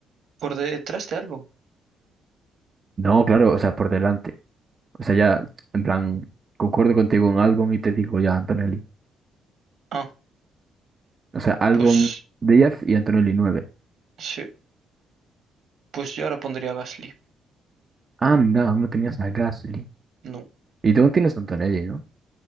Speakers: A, on the right (about 65°); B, on the right (about 35°).
A: ¿Por detrás de Albon?
B: No, claro, o sea, por delante. O sea, ya, en plan, concuerdo contigo en Albon y te digo ya Antonelli.
A: Ah,
B: O sea, Albon
A: pues
B: 10 y Antonelli 9.
A: sí, pues yo ahora pondría a Gasly.
B: Anda, aún no tenías a Gasly.
A: No.
B: Y tú aún tienes a Antonelli, ¿no?